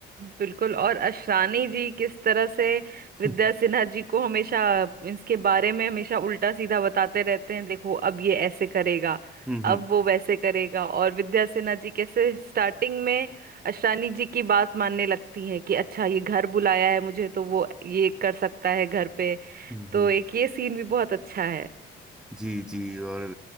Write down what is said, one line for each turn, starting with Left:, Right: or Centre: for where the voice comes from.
Right: बिल्कुल और अशरानी जी किस तरह से विद्या
Centre: हम्म
Right: सिन्हा जी को हमेशा इसके बारे में हमेशा उल्टा सीधा बताते रहते हैं देखो अब ये ऐसे करेगा
Centre: हम्म
Right: अब वो वैसे करेगा और विद्या सिन्हा जी कैसे स्टार्टिंग में अशरानी जी की बात मानने लगती हैं कि अच्छा ये घर बुलाया है मुझे तो वो ये कर सकता है घर पे
Centre: हम्म,
Right: तो एक ये सीन भी बहुत अच्छा है
Centre: जी जी और